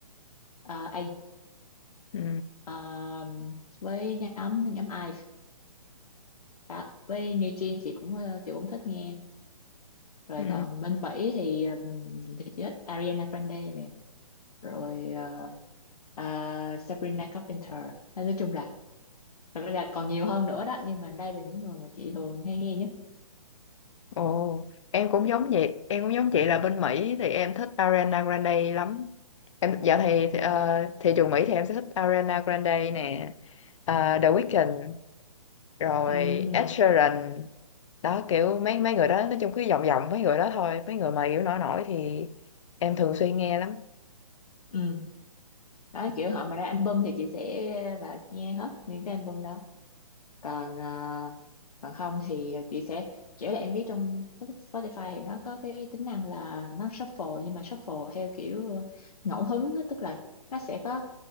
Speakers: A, on the left; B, on the left.
A: uh,
B: Ừ.
A: Ờ, với nhóm nhóm Ive đó. với New Jeans chị cũng ờ, chị cũng thích nghe rồi
B: Ừ.
A: còn bên Mỹ thì ừm, thì chị thích Ariana Grande nè rồi ờ, ờ, Sabrina Carpenter Nên nói chung là thật ra là còn nhiều hơn nữa đó nhưng mà đây là những người mà chị thường hay nghe nhất
B: Ồ, em cũng giống vậy, em cũng giống chị là bên Mỹ thì em thích Ariana Grande lắm. Em dạo thì
A: ừ.
B: thì, ờ, thị trường Mỹ thì em sẽ thích Ariana Grande nè, ờ, The Weeknd, rồi
A: Ừ.
B: Ed Sheeran. Đó kiểu mấy mấy người đó nói chung cứ vòng vòng mấy người đó thôi, mấy người mà kiểu nổi nổi thì em thường xuyên nghe lắm.
A: Ừ. đó kiểu họ mà ra album thì chị sẽ vào nghe hết những cái album đó còn ờ, còn không thì chị sẽ kiểu là em biết trong Spotify thì nó có cái tính năng là nó shuffle nhưng mà shuffle theo kiểu ờ, ngẫu hứng á, tức là nó sẽ có